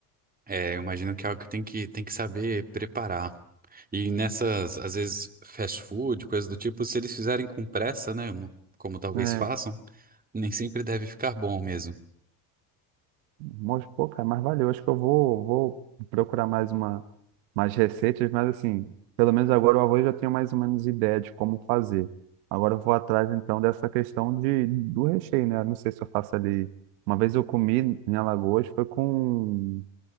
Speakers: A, on the right (about 20°); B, on the right (about 80°).
A: É, eu imagino que é algo que tem que, tem que saber preparar. E nessas, às vezes, fast food, coisas do tipo, se eles fizerem com pressa, né, no- como talvez
B: É,
A: façam, nem sempre deve ficar bom mesmo.
B: Mas, pô, cara, mas valeu. Acho que eu vou, vou procurar mais uma, mais receitas, mas assim, pelo menos agora o arroz eu já tenho mais ou menos ideia de como fazer. Agora eu vou atrás então dessa questão de, do recheio, né? Não sei se eu faço ali. Uma vez eu comi em Alagoas, foi com.